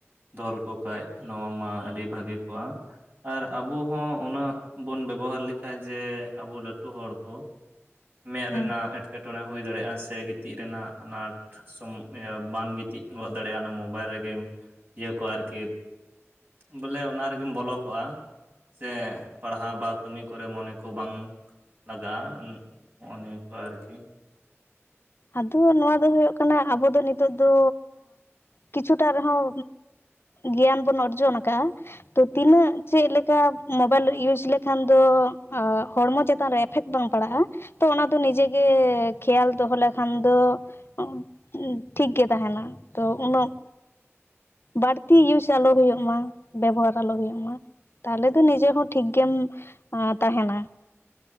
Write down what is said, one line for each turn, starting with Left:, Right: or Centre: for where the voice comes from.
Right: ᱫᱚᱞ ᱠᱚ ᱠᱷᱟᱡ ᱱᱚᱣᱟ ᱢᱟ ᱟᱹᱰᱤ ᱵᱷᱟᱹᱜᱤ ᱠᱚᱜᱼᱟ ᱾ ᱟᱨ ᱟᱵᱚ ᱦᱚᱸ ᱩᱱᱟᱹᱜ ᱵᱚᱱ ᱵᱮᱵᱚᱦᱟᱨ ᱞᱮᱠᱷᱟᱡ ᱡᱮ ᱟᱵᱚ ᱞᱟᱹᱴᱩ ᱦᱚᱲ ᱠᱚ ᱾ ᱢᱮᱫ
Left: ᱦᱮᱸ
Right: ᱨᱮᱱᱟᱜ ᱮᱴᱠᱮᱴᱚᱬᱮ ᱦᱩᱭ ᱫᱟᱲᱮᱭᱟᱜᱼᱟ ᱥᱮ ᱜᱤᱛᱤᱡ ᱨᱮᱱᱟᱜ ᱟᱱᱟᱴ ᱥᱚᱢ ᱤᱭᱟ ᱵᱟᱢ ᱜᱤᱛᱤᱡ ᱜᱚᱫ ᱫᱟᱲᱮᱭᱟᱜᱼᱟ ᱚᱱᱟ ᱢᱳᱵᱟᱭᱤᱞ ᱨᱮᱜᱮᱢ ᱤᱭᱟᱹ ᱠᱚ ᱟᱨᱠᱤ ᱵᱚᱞᱮ ᱚᱱᱟ ᱨᱮᱜᱮᱢ ᱵᱚᱞᱚ ᱠᱚᱜᱼᱟ᱾ ᱥᱮ ᱯᱟᱲᱦᱟᱣ ᱵᱟ ᱠᱟᱹᱢᱤ ᱠᱚᱨᱮ ᱢᱚᱱᱮ ᱠᱚ ᱵᱟᱝ ᱞᱟᱜᱟᱜᱼᱟ ᱦᱚᱸᱜ ᱱᱤᱭᱟ. ᱠᱚ ᱟᱨᱠᱤ
Left: ᱟᱫᱚ ᱱᱚᱣᱟ ᱫᱚ ᱦᱳᱭᱳᱜ ᱠᱟᱱᱟ ᱟᱵᱚ ᱫᱚ ᱱᱤᱛᱚᱜ ᱫᱚ ᱠᱤᱪᱷᱩᱴᱟ ᱨᱮᱦᱚᱸ ᱜᱮᱭᱟᱱ ᱵᱚᱱ ᱚᱨᱡᱚᱱ ᱠᱟᱜ- ᱟ ᱛᱚ ᱛᱤᱱᱟᱹᱜ ᱪᱮᱫ ᱞᱮᱠᱟ ᱢᱚᱵᱟᱭᱤᱞ ᱤᱭᱩᱡᱽ ᱞᱮᱠᱷᱟᱱ ᱫᱚ ᱮ ᱦᱚᱲᱢᱚ ᱪᱮᱛᱟᱱ ᱨᱮ ᱮᱯᱷᱮᱠᱴ ᱵᱟᱝ ᱯᱟᱲᱟᱜᱼᱟ ᱾ ᱛᱚ ᱚᱱᱟ ᱫᱚ ᱱᱤᱡᱮᱜ ᱜᱮ ᱠᱷᱮᱭᱟᱞ ᱫᱚᱦᱚ ᱞᱮᱠᱷᱟ ᱠᱷᱟᱱ ᱫᱚ ᱟᱸᱜ ᱴᱷᱤᱠ ᱜᱮ ᱛᱟᱦᱮᱱᱟ ᱛᱚ ᱩᱱᱟᱹᱜ ᱵᱟᱹᱲᱛᱤ ᱤᱭᱩᱡᱽ ᱟᱞᱚ ᱦᱩᱭᱩᱜ ᱢᱟ ᱵᱮᱵᱚᱦᱟᱨ ᱟᱞᱚ ᱦᱩᱭᱩᱜ ᱢᱟ ᱾ ᱛᱟᱦᱚᱞᱮ ᱫᱚ ᱱᱤᱡᱮ ᱦᱚᱸ ᱴᱷᱤᱠ ᱜᱮᱢ ᱛᱟᱦᱮᱱᱟ